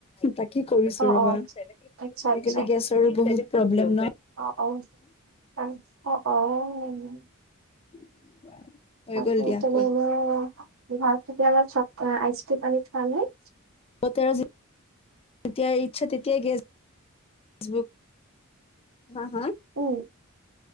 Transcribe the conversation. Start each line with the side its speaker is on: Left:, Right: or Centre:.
Left: তাকে কৰিছোঁ
Right: অ
Left: ৰ'বা,
Right: অ
Left: আজিকালি
Right: আচ্ছা আচ্ছা
Left: গেছৰো বহুত প্ৰব্লেম নহ।
Right: অ', অ', তাত, অ', অ'।
Left: <unintelligible>
Right: তাৰপিছত
Left: দিয়া কোৱা,
Right: এনে <unintelligible> আমাৰ চব আইচক্ৰিম আনি খোৱা নাই।
Left: পুতেৰৰ যে, যেতিয়াই ইচ্ছা তেতিয়াই গেছ বুক হা, হা?
Right: উম।